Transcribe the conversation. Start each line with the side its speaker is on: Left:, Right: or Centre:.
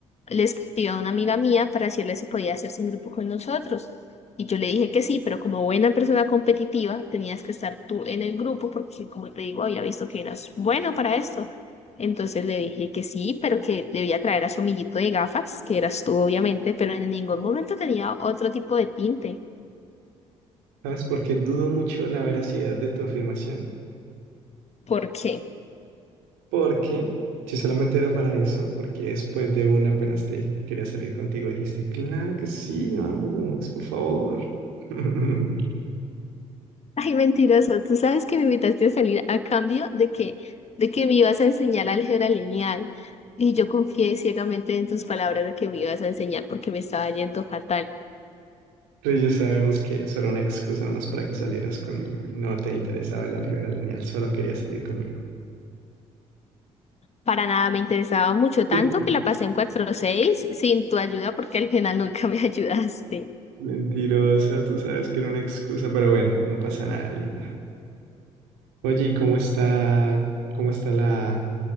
Left: le escribió a una amiga mía para decirle si podía hacerse en grupo con nosotros. Y yo le dije que sí, pero como buena persona competitiva tenías que estar tú en el grupo porque, como te digo, había visto que eras bueno para esto. Entonces le dije que sí, pero que debía traer a su amiguito de gafas, que eras tú obviamente, pero en ningún momento tenía otro tipo de tinte.
Right: ¿Sabes? Porque dudo mucho la veracidad de tu afirmación.
Left: ¿Por qué?
Right: Porque si solamente era para eso, porque después de una apenas te dije que quería salir contigo, dijiste, claro que sí, vamos, por favor. <laughs>
Left: Ay, mentiroso, tú sabes que me invitaste a salir a cambio de que, de que me ibas a enseñar álgebra lineal. Y yo confié ciegamente en tus palabras de que me ibas a enseñar porque me estaba yendo fatal.
Right: Pero ya sabemos que eso era una excusa nomás para que salieras conmigo y no te interesaba el álgebra lineal, solo querías salir conmigo.
Left: Para nada me interesaba mucho, tanto
Right: <laughs>
Left: que la pasé en cuatro punto seis sin tu ayuda porque al final nunca me <laughs> ayudaste.
Right: Mentirosa, tú sabes que era una excusa, pero bueno, no pasa nada, linda. Oye, ¿y cómo está, cómo está la,